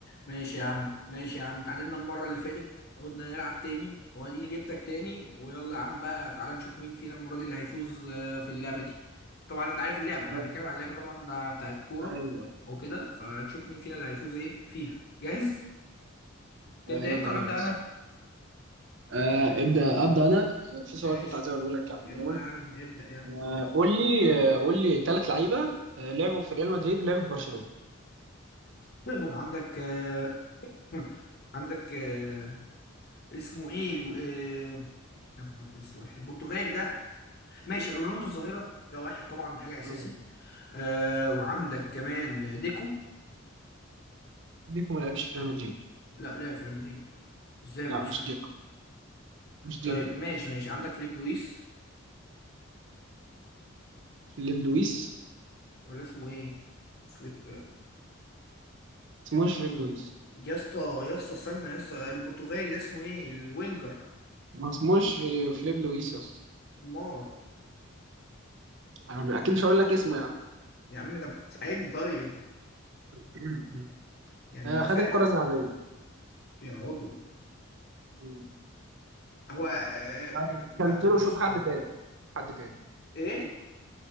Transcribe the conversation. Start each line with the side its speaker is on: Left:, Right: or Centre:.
Left: ماشي يا عم ماشي يا عم اتعادلنا المرة اللي فاتت قلنا نلعب تاني واديني جبتك تاني ويلا يا عم بقى تعالى نشوف مين فينا المرة دي اللي هيفوز آه، في اللعبة دي طبعا انت عارف اللعبة
Right: يلا
Left: احنا هنتكلم عن اللعبة طبعا ده بتاعت كورة
Right: ايوه
Left: وكده فنشوف مين فينا اللي هيفوز ايه فيها جاهز تبدأ
Right: آه يلا
Left: انت ولا
Right: جاهز
Left: ابدأ انا
Right: آه ابدا ابدا انا في سؤال
Left: ماشي
Right: كنت عايز اقوله لك يعني
Left: يلا
Right: عموما
Left: يا عم ابدأ يا عم
Right: آه قول لي آه قول لي ثلاث لعيبه آه لعبوا في ريال مدريد لعبوا في برشلونه
Left: <clears throat> <laughs> عندك آه، <laughs> عندك آه، اسمه ايه الو- آه، يا نهار اسود البرتغالي ده ماشي رونالدو الظاهرة ده واحد طبعا حاجة
Right: تمام.
Left: أساسي آه وعندك كمان ديكو
Right: ديكو ما لعبش في ريال مدريد
Left: لا لعب في ريال مدريد ازاي
Right: لا
Left: ما لعبش
Right: مش
Left: في ريال
Right: ديكو
Left: مدريد؟
Right: مش ديكو
Left: طيب ماشي ماشي عندك فيليب لويس
Right: فيليب لويس
Left: ولا اسمه ايه فيليب آه،
Right: اسمهوش فيليب لويس
Left: يا اسطى يا اسطى استنى يا اسطى البرتغالي ده اسمه ايه الوينجر
Right: ما اسمهوش في- فيليب لويس يا اسطى
Left: امال
Right: انا اكيد مش هقول لك اسمه يعني
Left: يا عم ده ساعدني طيب
Right: <clears throat>
Left: يعني
Right: آه خد
Left: ساعد
Right: الكره الذهبيه
Left: يا راجل
Right: مم.
Left: هو آه
Right: طب
Left: كان لا
Right: كان تيرو
Left: مش
Right: شوف حد تاني شوف حد تاني
Left: ايه